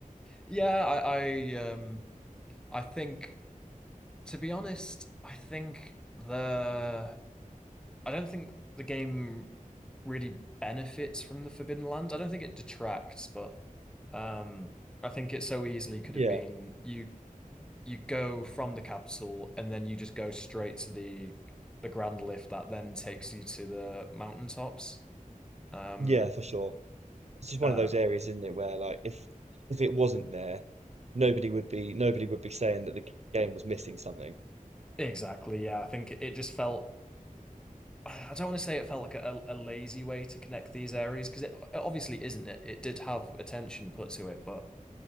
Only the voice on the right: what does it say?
Yeah,
yeah, for sure. It's just one
of those areas, isn't it, where like if if it wasn't there, nobody would be nobody would be saying that the game was missing something.